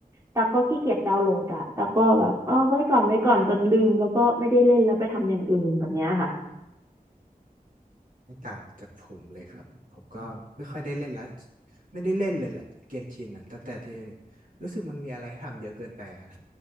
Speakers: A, on the right; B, on the right.
A: ตาก็ขี้เกียจดาวน์โหลดอะตากก็แบบเออไว้ก่อนไว้ก่อนจนลืมแล้วก็ไม่ได้เล่นแล้วไปทำอย่างอื่นแบบเนี้ยค่ะ
B: ไม่ต่างจากผมเลยครับผมก็ไม่ค่อยได้เล่นแล้วไม่ได้เล่นเลยแหละเกนชินอ่ะตั้งแต่ที่รู้สึกมันมีอะไรให้ทำเยอะเกินไปฮะ